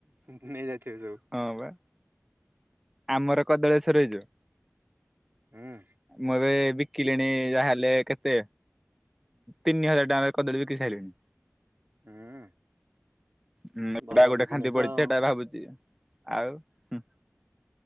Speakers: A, on the right (about 45°); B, in the centre.
A: ନେ-ନେଇ ଯାଇଥିବେ ସବୁ।
B: ହଁ ବା ଆମର କଦଳେଶ୍ଵର ହେଇଯ
A: ହୁଁ
B: ମୁଁ ଏବେ। କିଲିଣି ଯାହାହେଲେ ବି କେତେ ତିନି ହଜାର ଟଙ୍କାର କଦଳୀ ବିକି ସାଇଲିଣିି।
A: ହୁଁ
B: ହଁ
A: ଭଲ
B: ଏଟା ଗୋଟେ
A: ବିଜନେସ
B: ଖାନ୍ଦି ପଡିଚି,
A: ଆଉ
B: ଏଇଟା ଭାବୁଚି। ଆଉ? ହୁଁ।